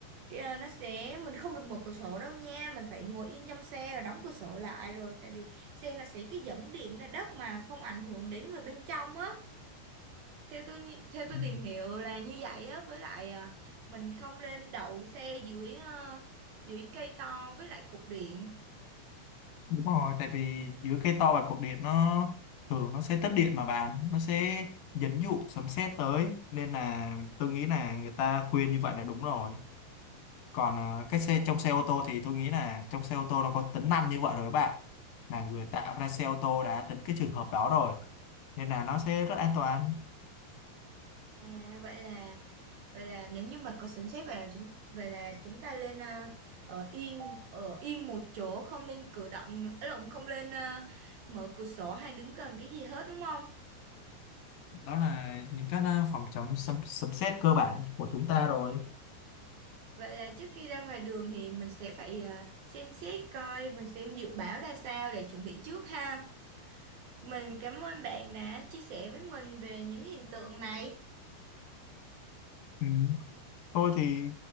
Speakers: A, on the right; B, on the left.
A: Kìa, nó sẽ mình không được mở cửa sổ đâu nha mình phải ngồi yên trong xe và đóng cửa sổ lại rồi tại vì xe là sẽ cứ dẫn điện ra đất mà không ảnh hưởng đến người bên trong á theo tôi nhi- theo tôi
B: Ừ.
A: tìm hiểu là như vậy á với lại à, mình không lên đậu xe dưới ờ, dưới cây to với lại cục điện
B: Đúng rồi, tại vì giữa cây to và cột điện nó thường nó sẽ tích điện mà bạn, nó sẽ dẫn dụ sấm sét tới nên là tôi nghĩ là người ta khuyên như vậy là đúng rồi. Còn à, cái xe trong xe ô tô thì tôi nghĩ là trong xe ô tô nó có tính năng như vậy rồi các bạn. Là người tạo ra xe ô tô đã tính cái trường hợp đó rồi nên là nó sẽ rất an toàn.
A: à vậy là vậy là nếu như mà có sẵn xét vậy là chúng vậy là chúng ta lên à, ở yên ở yên một chỗ không nên cử động ấy lộn không lên à, mở cửa sổ hay đứng gần cái gì hết đúng không
B: Đó là những cái à, phòng chống sấm sấm sét cơ bản của chúng ta rồi.
A: Vậy là trước khi ra ngoài đường thì mình sẽ phải à, xem xét coi mình xem dự báo ra sao để chuẩn bị trước ha. Mình cảm ơn bạn đã chia sẻ với mình về những hiện tượng này.
B: Ừ. Thôi thì